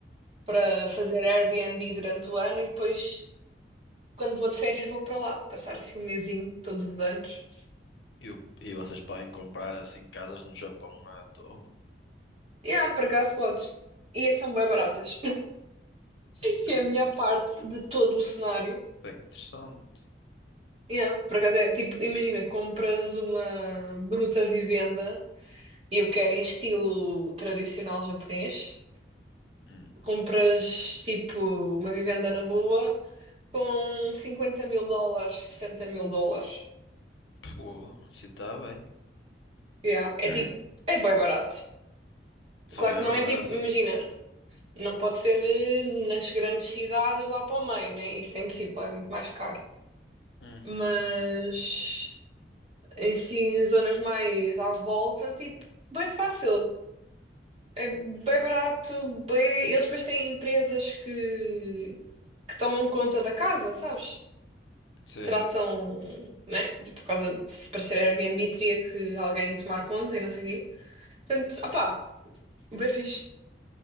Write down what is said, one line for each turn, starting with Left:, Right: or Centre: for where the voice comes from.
Right: para fazer Airbnb durante o ano e depois quando vou de férias, vou para lá, passar assim um mesinho todos os anos.
Left: E, o- e vocês podem comprar assim casas no Japão à toa?
Right: E ah, por acaso podes. E é, são bem baratas,
Left: Isso
Right: <laughs> que
Left: é
Right: é
Left: interessante.
Right: a melhor parte de todo o cenário.
Left: Bem interessante.
Right: Yeah, por acaso é tipo, imagina, compras uma bruta vivenda e eu quero em estilo tradicional japonês.
Left: Hum.
Right: Compras tipo uma vivenda na boa com cinquenta mil dólares, sessenta mil dólares.
Left: Pô, se está bem.
Right: Yeah, é
Left: <coughs>
Right: tipo,
Left: <clears throat>
Right: é bem barato.
Left: Isso
Right: Claro
Left: é
Right: que não
Left: verdade.
Right: é tipo, imagina, Não pode ser eh, nas grandes cidades lá para o meio, né? Isso é impossível, é muito mais caro.
Left: Uhum.
Right: Mas em si, zonas mais à volta, tipo, bem fácil. É bem barato, bem... Eles depois têm empresas que, que tomam conta da casa, sabes?
Left: Sim.
Right: Tratam, né? Por causa de se para ser Airbnb teria que alguém tomar conta e não sei o quê. Portanto,
Left: Isso
Right: opá, bem fixe.